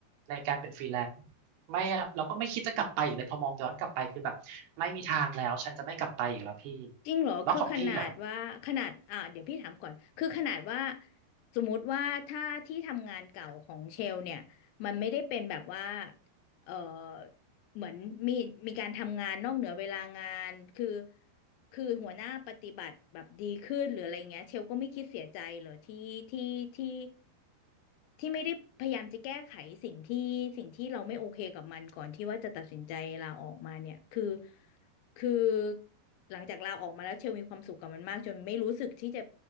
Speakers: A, on the right; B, on the left.
A: ในการเป็นฟรีแลนซ์ไม่เราก็ไม่คิดจะกลับไปอีกเลยพอมองย้อนกลับไปคือแบบไม่มีทางแล้วฉันจะไม่กลับไปอีกแล้วพี่
B: จริงเหรอคือขนาดว่าขนาดอ่าเดี๋ยวพี่ถามก่อนคือขนาดว่า
A: แล้วของพี่อ่ะ
B: สมมุติว่าถ้าที่ทำงานเก่าของเชลเนี่ยมันไม่ได้เป็นแบบว่าเออเหมือนมีมีการทำงานนอกเหนือเวลางานคือคือหัวหน้าปฏิบัติแบบดีขึ้นหรืออะไรเงี้ยเชลก็ไม่คิดเสียใจเหรอที่ที่ที่ที่ไม่ได้พยายามจะแก้ไขสิ่งที่สิ่งที่เราไม่โอเคกับมันก่อนที่ว่าจะตัดสินใจลาออกมาเนี่ยคือ คือหลังจากลาออกมาแล้วเชลมีความสุขกับมันมากจนไม่รู้สึกที่จะ